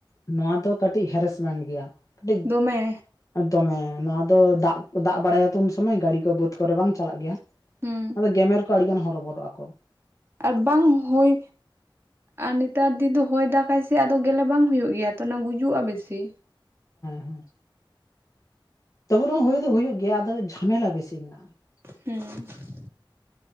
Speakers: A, on the left (about 40°); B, on the right (about 30°).
A: ᱱᱚᱣᱟ ᱫᱚ ᱠᱟᱹᱴᱤᱡ ᱦᱮᱨᱮᱥᱢᱮᱱ ᱜᱮᱭᱟ ᱠᱟᱹᱴᱤᱡ
B: ᱫᱚᱢᱮ
A: ᱫᱚᱢᱮ ᱱᱚᱣᱟ ᱫᱚ ᱫᱟᱜ ᱫᱟᱜ ᱵᱟᱲᱟᱭᱟᱛᱚ ᱩᱱ ᱥᱚᱢᱚᱭ ᱜᱟᱹᱲᱤ ᱠᱚ ᱵᱟᱹᱫ ᱠᱚᱨᱮ ᱵᱟᱝ ᱪᱟᱞᱟᱜ ᱜᱮᱭᱟ
B: ᱦᱩᱸ
A: ᱟᱫᱚ ᱜᱮᱢᱮᱨ ᱠᱚ ᱟᱹᱰᱤᱜᱟᱱ ᱦᱚᱨᱚ ᱵᱚᱨᱚᱜ ᱟᱠᱚ ᱾
B: ᱟᱨ ᱵᱟᱝ ᱦᱳᱭ ᱟᱨ ᱱᱤᱛᱟᱨ ᱫᱤᱱ ᱫᱚ ᱦᱚᱭ ᱫᱟᱜᱟᱭ ᱥᱮ ᱟᱫᱚ ᱜᱮᱞᱮ ᱵᱟᱝ ᱦᱩᱭᱩᱜ ᱜᱮᱭᱟ ᱛᱚ ᱚᱱᱟ ᱜᱩᱡᱩᱜᱼᱟ ᱵᱮᱥᱤ᱾
A: ᱦᱮᱸ ᱛᱚᱵᱩ ᱨᱮᱸᱦᱚ ᱦᱩᱭ ᱫᱚ ᱦᱩᱭᱩᱜ ᱜᱮᱭᱟ ᱟᱫᱚ ᱡᱷᱟᱢᱮᱞᱟ ᱵᱮᱥᱤ ᱢᱮᱱᱟᱜᱼᱟ ᱾
B: ᱦᱩᱸ ᱾